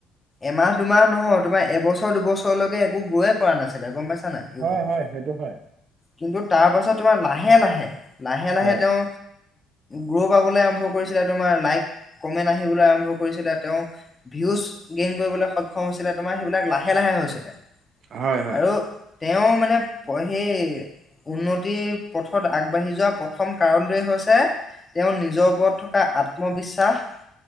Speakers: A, on the left; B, on the right.
A: এমাহ, দুমাহ নহয়, তোমাৰ এবছৰ, দুবছৰলৈকে একো গ্ৰ'ৱে কৰা নাছি গম পাইছা নাই ইউটিউবত?
B: হয় হয় সেইটো হয়
A: কিন্তু, তাৰ পাছত তোমাৰ লাহে, লাহে লাহে, লাহে
B: হয়
A: তেওঁ গ্ৰ' পাবলৈ আৰম্ভ কৰিছিলে, তোমাৰ লাইক, কমেন্ট আহিবলৈ আৰম্ভ কৰিছিলে, তেওঁ ভিউজ গেইন কৰিবলৈ সক্ষম হৈছিলে, তোমাৰ সেইবিলাক লাহে, লাহে হৈছিলে।
B: হয়, হয়।
A: আৰু তেওঁ মানে পে সেই উন্নতিৰ পথত আগবাঢ়ি যোৱা প্ৰথম কাৰণটোৱে হৈছে তেওঁ নিজৰ ওপৰত থকা আত্মবিশ্বাস